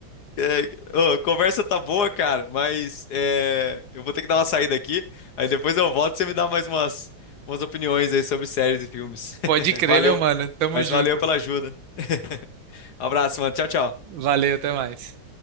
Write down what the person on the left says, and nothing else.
É, ô, a conversa tá boa, cara, mas é, eu vou ter que dar uma saída aqui. Aí depois eu volto e você me dá mais umas, umas opiniões aí sobre séries e filmes. <laughs>
Valeu,
mas
valeu pela ajuda. <laughs> Abraço, mano. Tchau, tchau.